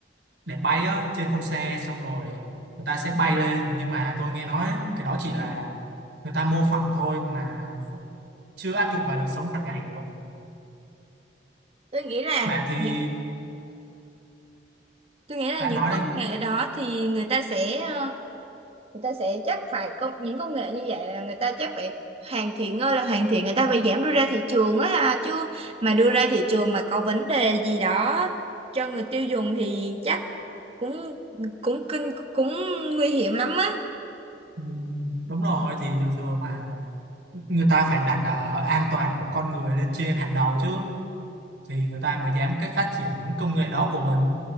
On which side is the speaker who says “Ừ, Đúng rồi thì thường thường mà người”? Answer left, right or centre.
Right